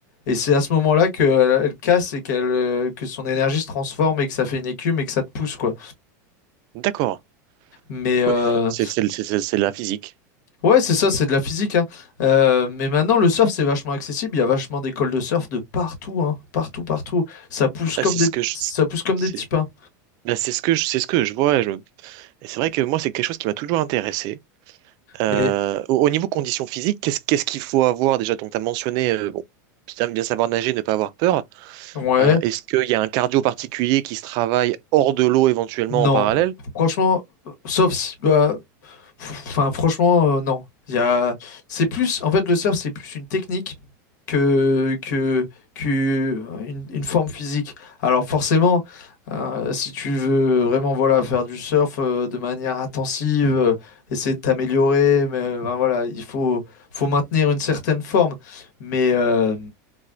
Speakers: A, on the left; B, on the right.
A: Et c'est à ce moment-là que elle, elle casse et qu'elle euh, que son énergie se transforme et que ça fait une écume et que ça te pousse quoi.
B: D'accord.
A: Mais euh,
B: Oui, c'est c'est c'est- c'est- c'est la physique.
A: ouais, c'est ça, c'est de la physique hein. Euh, mais maintenant le surf c'est vachement accessible, il y a vachement d'écoles de surf de partout hein, partout partout. Ça pousse
B: Bah,
A: comme
B: c'est
A: des
B: ce que je
A: ça pousse comme
B: c'est
A: des petits pains.
B: bah, c'est ce que je c'est ce que je vois. et je- et c'est vrai que moi c'est quelque chose qui m'a toujours intéressé. Euh,
A: Et
B: au, au niveau conditions physiques, qu'est-ce qu'est-ce qu'il faut avoir déjà? Donc tu as mentionné euh, bon, c'est bien savoir nager, ne pas avoir peur.
A: ouais,
B: Euh, est-ce qu'il y a un cardio particulier qui se travaille hors de l'eau éventuellement
A: non.
B: en parallèle?
A: Franchement, euh, sauf si bah, pff, enfin franchement euh, non. Il y a c'est plus en fait le surf c'est plus une technique que, que, que euh, une, une forme physique. Alors forcément, euh, si tu veux vraiment voilà, faire du surf euh, de manière intensive, euh, essayer de t'améliorer, mais ben, voilà, il faut, faut maintenir une certaine forme. Mais euh,